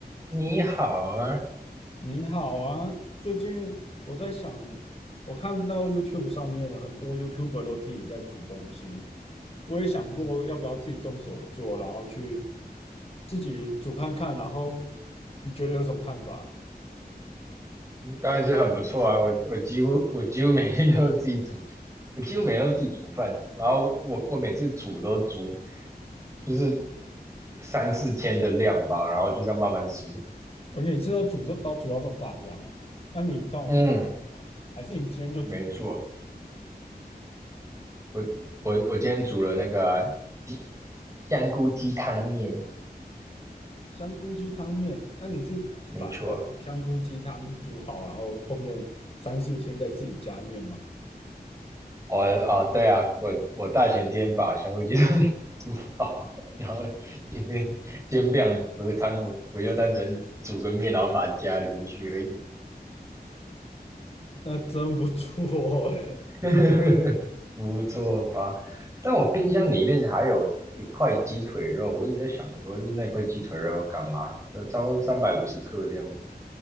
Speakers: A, on the right; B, on the left.
A: 你好啊，
B: 你好啊，最近我在想，我看到 YouTube 上面很多 YouTuber 都自己在煮东西，我也想过要不要自己动手做，然后去自己煮看看，然后你觉得有什么看法？
A: 当然是很不错啊。我我几乎我几乎每天都自己煮，我几乎每天都自己煮饭。然后我我每次煮都煮就是三四天的量吧，然后就这样慢慢吃。
B: 我你每次都煮这到煮到这么大量哦，那你通常会煮什么啊还是你今天就煮了
A: 嗯，没错。我我我今天煮了那个啊鸡香菇鸡汤面，
B: 香菇鸡汤面？那你是把一个香菇鸡汤煮好，
A: 没错。
B: 然后后面三四天再自己加面吗？
A: 我哦，对啊，我我大前天把香菇鸡汤 <laughs> 煮好，然后今天煎饼和汤，我就单纯煮个面，然后把它加里面去而已，
B: 那真不错哎、
A: <laughs> 不错吧？但我冰箱里面还有一块鸡腿肉，我一直在想说，就是那块鸡腿肉要干嘛？就差不多三百五十克这样，子。